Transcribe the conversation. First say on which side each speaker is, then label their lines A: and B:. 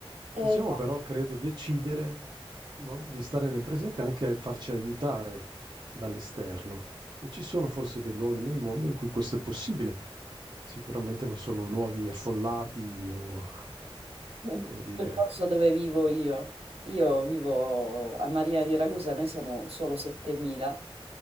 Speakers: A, on the right; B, on the right.
A: Eh,
B: Possiamo però, credo, decidere,
A: no.
B: no, di stare nel presente e anche a farci aiutare dall'esterno. E ci sono forse dei luoghi nel mondo in cui questo è possibile. Sicuramente non sono luoghi affollati o,
A: Quel
B: come dire...
A: posto dove vivo io. Io vivo a Marina di Ragusa, noi siamo solo 7.000.